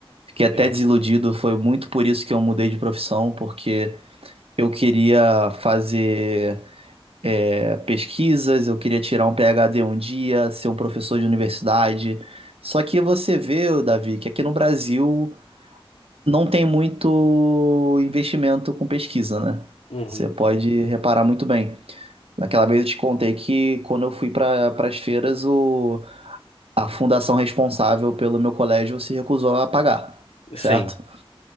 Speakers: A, on the right; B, on the left.
A: Fiquei até
B: Sim.
A: desiludido, foi muito por isso que eu mudei de profissão, porque eu queria fazer é, pesquisas, eu queria tirar um PhD um dia, ser um professor
B: Uhum.
A: de universidade. Só que você vê, Davi, que aqui no Brasil não tem muito investimento com pesquisa, né?
B: Uhum.
A: Você pode reparar muito bem. Naquela vez eu te contei que quando eu fui para as feiras, o, a fundação responsável pelo meu colégio se recusou a pagar, certo?
B: Sim.